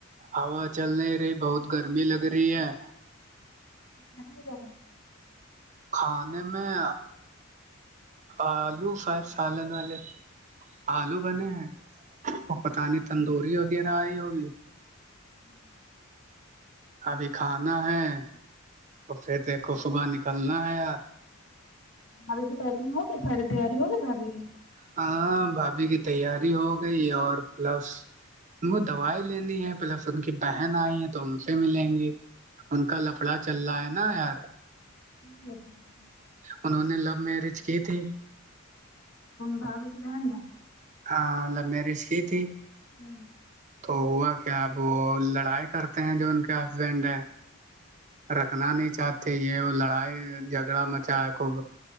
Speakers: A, on the right (about 35°); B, on the left (about 65°).
A: ہا چل نہیں رہی بہت گرمی لگ رہی ہے
B: کانا ہو گ
A: کھانے میں آلو فائید سالن والے آلو بنے ہیں وہ پتہ نہیں تندوری وغیرہ آئی ہوگی
B: ہوں
A: ابھی کھانا ہے اور پھر دیکھو صبح نکلنا ہے یار
B: دھابی کی پیکنگ ہوگی ساری تیاری ہوگی دھابی کی
A: ہاں بھاابھی کی تیاری ہو گئی اور پلس ان کو دوائی لینی ہے پلس ان کی بہن آئی ہے تو ان سے ملیں گی ان کا لفڑا چل رہا ہے نا یار
B: جی
A: انہوں نے لو میرج کی تھی
B: باوی کے رہن
A: ہاں ل میر اس کی تھی
B: ہوں
A: تو ہوا کیا اب وہ لڑائی کرتے ہیں جو ان کے ہسبینڈ ہے رکھنا نہیں چاہتے یہ وہ لڑائی جھگڑا مچا ہے خب